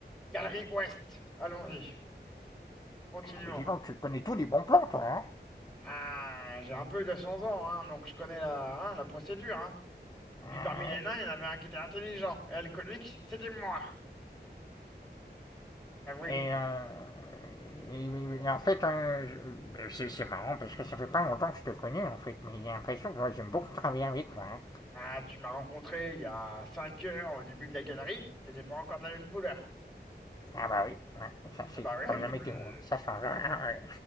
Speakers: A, in the centre; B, on the left.
A: galerie ouest. Allons-y. Continuons.
B: Mais dis donc, tu connais tous les bons plans, toi, hein.
A: Ah, j'ai un peu 200 ans, hein, donc je connais la, hein, la procédure, hein.
B: Euh,
A: Puis parmi les nains, il y en avait un qui était intelligent et alcoolique, c'était moi. Bah oui.
B: et, euh, et- et en fait, euh, ben, c'est c'est marrant parce que ça fait pas longtemps que je te connais, en fait. Mais j'ai l'impression que ouais, j'aime beaucoup travailler avec toi, hein.
A: Ah, tu m'as rencontré il y a 5 heures au début de la galerie, t'étais pas encore de la même couleur.
B: Ah bah oui, ouais, ça c'est
A: Ah bah oui, <laughs>
B: comme la météo, hein. ça change. Ah ouais.